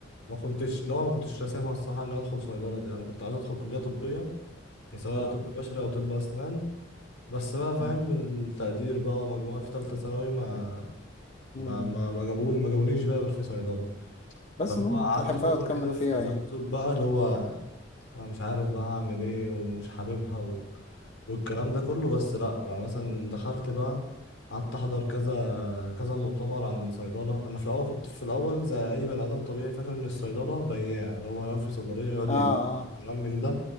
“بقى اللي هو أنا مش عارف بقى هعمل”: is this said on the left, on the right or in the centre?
Left